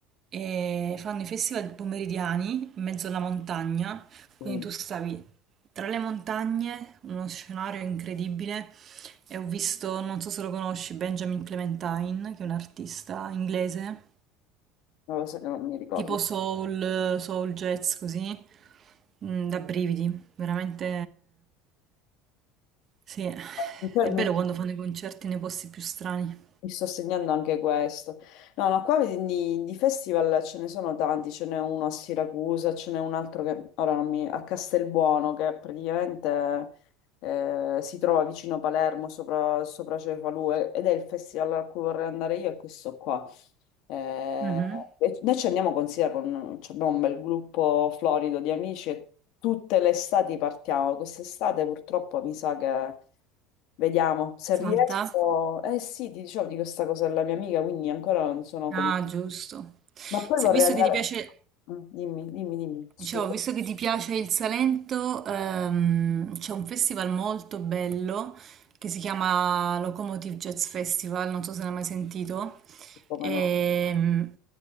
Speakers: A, on the right (about 35°); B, on the left (about 60°).
A: e fanno i festival pomeridiani in mezzo alla montagna,
B: sì.
A: quindi
B: Non
A: tu stavi tra le montagne, uno scenario incredibile, e ho visto, non so se lo conosci, Benjamin Clementine, che è un artista inglese
B: lo so che non mi ricordo.
A: tipo soul, soul jazz così, mm, da brividi, veramente sì,
B: Mi fermo.
A: è bello quando fanno i concerti nei posti più strani.
B: Mi sto segnando anche questo. No, no, qua di, di festival ce ne sono tanti, ce n'è uno a Siracusa, ce n'è un altro che ora non mi... a Castelbuono, che praticamente eh, si trova vicino Palermo, sopra, sopra Cefalù, e- ed è il festival a cui vorrei andare io, è questo qua. Eh,
A: Mhm.
B: e noi ci andiamo, considera, con, ci abbiamo un bel gruppo florido di amici e tutte le estati partiamo. Quest'estate purtroppo mi sa che vediamo se
A: Salta?
B: riesco. Eh sì, ti dicevo di questa cosa della mia amica, quindi ancora non sono convinta.
A: Ah, giusto.
B: Ma poi
A: Se,
B: vorrei
A: visto
B: andare.
A: che ti piace,
B: Mm, Dimmi, dimmi, dimmi, scusa.
A: Dicevo, visto che ti piace il Salento, ehm, c'è un festival molto bello che si chiama Locomotive Jazz Festival, non so se ne hai mai sentito.
B: Come
A: Ehm,
B: no?